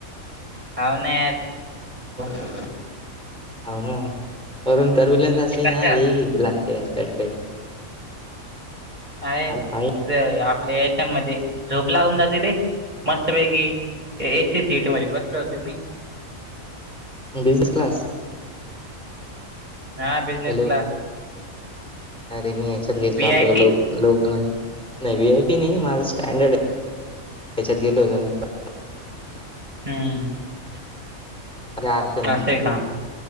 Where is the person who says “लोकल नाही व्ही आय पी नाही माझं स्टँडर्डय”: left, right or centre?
Centre